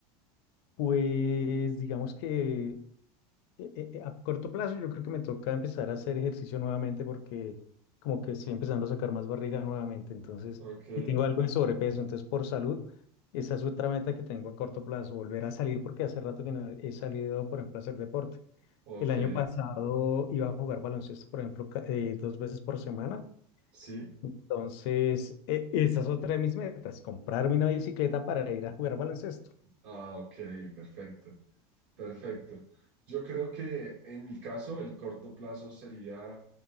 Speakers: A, on the left; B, on the right.
A: Pues digamos que eh, eh, eh, a corto plazo yo creo que me toca empezar a hacer ejercicio nuevamente porque como que estoy empezando a sacar más barriga nuevamente, entonces,
B: Ok.
A: y tengo algo de sobrepeso, entonces por salud, esa es otra meta que tengo a corto plazo, volver a salir porque hace rato que no he salido, por ejemplo, a hacer deporte.
B: Ok,
A: El año pasado iba a jugar baloncesto, por ejemplo, ca- eh, dos veces por semana.
B: sí.
A: Entonces, e- esa es otra de mis metas, comprarme una bicicleta para ir a jugar baloncesto.
B: Ah, ok, perfecto, perfecto. Yo creo que en mi caso el corto plazo sería